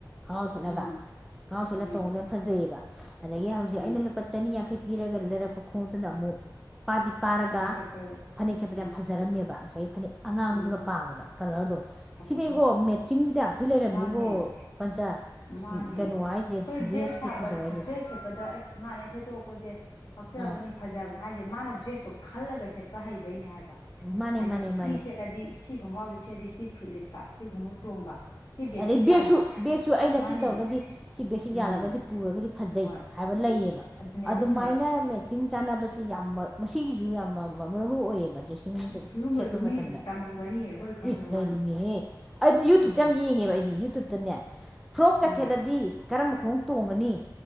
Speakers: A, in the centre; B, on the left.
A: ꯈꯍꯥꯎ ꯁꯦꯠꯂꯒ
B: ꯎꯝ
A: ꯈꯥꯥꯎ ꯁꯦꯠꯂ
B: ꯎꯝ
A: ꯇꯣꯡꯕꯗ ꯌꯥꯝ ꯐꯖꯩꯌꯦꯕ ꯑꯗꯒꯤ ꯍꯧꯖꯤꯛ
B: ꯎꯝ
A: ꯑꯩꯅ ꯂꯨꯄꯥ ꯆꯅꯤ ꯌꯥꯡꯈꯩ ꯄꯤꯔꯒ ꯂꯩꯔꯛꯄ ꯈꯣꯡꯎꯇꯨꯅ ꯑꯃꯨꯛ ꯄꯥꯗꯤ ꯄꯥꯔꯒ
B: ꯐꯅꯦꯛ ꯁꯦꯠꯄꯗꯕꯨ
A: ꯐꯅꯦꯛ ꯁꯦꯠꯄꯗ
B: ꯎꯝ
A: ꯌꯥꯝ ꯐꯖꯔꯝꯃꯦꯕ ꯉꯁꯥꯏꯒꯤ ꯐꯅꯦꯛ ꯑꯉꯥꯡꯕꯗꯨꯒ
B: ꯎꯝ
A: ꯄꯥꯕꯗ ꯀꯂꯔꯗꯣ ꯁꯤꯅꯦ
B: ꯑꯣ
A: ꯏꯕꯣ ꯃꯦꯠꯆꯤꯡꯁꯤꯗꯤ ꯌꯥꯝ ꯊꯤ ꯂꯩꯔꯝꯃꯦꯕꯣ
B: ꯃꯥꯅꯦ
A: ꯄꯟꯆꯥ
B: ꯃꯥꯅꯦ
A: ꯀꯩꯅꯣ ꯍꯥꯏꯁꯦ
B: ꯑꯩꯈꯣꯏ
A: ꯗ꯭ꯔꯦꯁꯀꯤ
B: ꯗ꯭ꯔꯦꯁꯄ
A: ꯐꯖꯕ
B: ꯗ꯭ꯔꯦꯁ
A: ꯍꯥꯏꯁꯦ
B: ꯁꯤꯠꯄꯗ ꯑꯁ ꯃꯥꯅꯦ ꯇꯣꯛꯄꯁꯦ ꯀꯛꯆꯕꯅꯤ
A: ꯑꯥ
B: ꯐꯖꯕꯅꯤ ꯍꯥꯏꯁꯦ ꯃꯥꯅ ꯗ꯭ꯔꯦꯁꯇꯨ ꯈꯜꯂꯒ ꯁꯦꯠꯄ ꯍꯩꯕꯩꯅꯦ ꯍꯥꯏꯕ
A: ꯃꯥꯅꯦ
B: ꯍꯥꯏꯗꯤ
A: ꯃꯥꯅꯦ
B: ꯁꯤ
A: ꯃꯥꯅꯦ
B: ꯁꯦꯠꯂꯗꯤ ꯁꯤ ꯈꯣꯡꯒꯥꯎꯖꯤ ꯁꯦꯠꯗꯤ ꯁꯤ ꯐꯨꯠ ꯂꯤꯠꯄ ꯁꯤ ꯈꯣꯡꯎꯨ ꯇꯣꯡꯕ ꯁꯤ ꯕꯦꯒꯁꯤ
A: ꯑꯗꯩ ꯕꯦꯒꯁꯨ
B: ꯌꯥꯟꯕ
A: ꯕꯦꯒꯁꯨ ꯑꯩꯅ
B: ꯃꯥꯅꯦ
A: ꯁꯤ ꯇꯧꯔꯒꯗꯤ ꯁꯤ ꯕꯦꯒꯁꯤ
B: ꯎꯝ
A: ꯌꯥꯜꯂꯒꯗꯤ ꯄꯨꯔꯒ ꯐꯖꯩ
B: ꯍꯣꯏ
A: ꯍꯥꯏꯕ ꯂꯩꯌꯦꯕ
B: ꯑꯗꯨꯅꯦ
A: ꯑꯗꯨꯃꯥꯏꯅ
B: ꯑꯗꯨꯒꯨꯝꯕ
A: ꯃꯦꯆꯤꯡ ꯆꯥꯟꯅꯕꯁꯦ ꯌꯥꯝ ꯃꯁꯤꯒꯤꯁꯨ ꯌꯥꯝ ꯃꯔꯨ ꯑꯣꯏꯌꯦꯕ ꯗ꯭ꯔꯦꯁꯤꯡ
B: ꯁꯤꯒꯨꯝꯕꯁꯨ
A: ꯁꯦꯠꯄ ꯃꯇꯝꯗ
B: ꯃꯤꯗꯨ ꯇꯝꯃꯝꯒꯅꯤꯌꯦ ꯑꯩꯈꯣꯏ ꯈꯪꯗꯕ
A: ꯏ ꯂꯩꯔꯤꯅꯦꯍꯦ
B: ꯋꯥꯅꯤ
A: ꯑꯩ ꯌꯨꯇꯨꯞꯇ
B: ꯎꯝ
A: ꯌꯥꯝ ꯌꯦꯡꯉꯦꯕ ꯑꯩꯗꯤ ꯌꯨꯇꯨꯞꯇꯅꯦ ꯐ꯭ꯔꯣꯛꯀ
B: ꯎꯝ
A: ꯁꯦꯠꯂꯗꯤ ꯀꯔꯝꯕ ꯈꯣꯡ ꯇꯣꯡꯉꯅꯤ